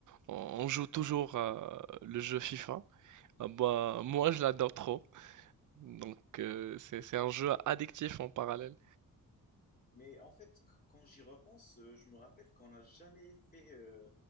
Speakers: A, on the right; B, on the left.
A: on- on joue toujours à le jeu FIFA. Ah bah, moi, je l'adore trop. Donc, euh, c'est, c'est un jeu addictif en parallèle.
B: Mais en fait, qu- quand j'y repense, euh, je me rappelle qu'on n'a jamais fait, euh,